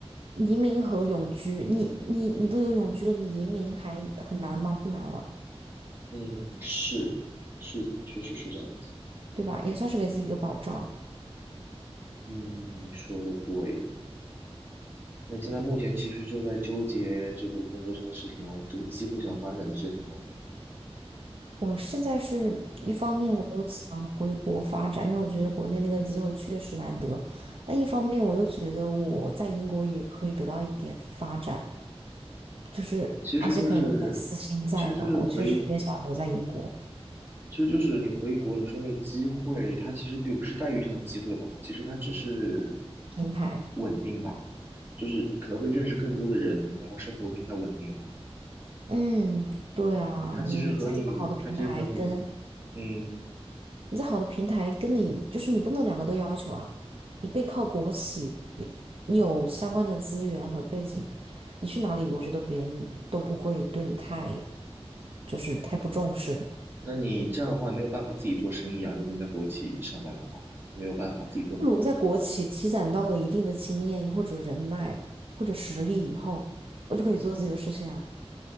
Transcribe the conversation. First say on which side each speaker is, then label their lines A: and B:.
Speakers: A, on the right; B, on the right.
A: 移民和永居，你你你都有永居了，你移民还很难吗？不难了，
B: 嗯，是是的，确实是这样子。
A: 对吧？也算是给自己一个保障。
B: 嗯，你说的对。那你现在目前其实就在纠结这个工作上的事情咯，这个机会上发展的事情咯。
A: 我现在是一方面我又想回国发展，因为我觉得国内那个机会确实难得，但一方面我又觉得我在英国也可以得到一点发展，就是而且可能有点私心在吧，
B: 其实就是，其实就是回
A: 我确实有点想留在英国
B: 其实就是你回国，你说那个机会，它其实并不是待遇上的机会吧，其实它只是
A: 平台。
B: 稳定吧，就是可能会认识更多的人，然后生活更加稳定吧。
A: 嗯，对啊，
B: 它其实和你，
A: 你在一个好的平台跟
B: 它其实和你，嗯，
A: 你在好的平台跟你就是你不能两个都要求啊，你背靠国企，你有相关的资源和背景，你去哪里，我觉得别人都不会对你太就是太不重视。
B: 那你这样的话没有办法自己做生意啊。如果你在国企上班的话，没有办法自己做很大。
A: 如果在国企积攒到了一定的经验或者人脉或者实力以后，我就可以做自己的事情啊，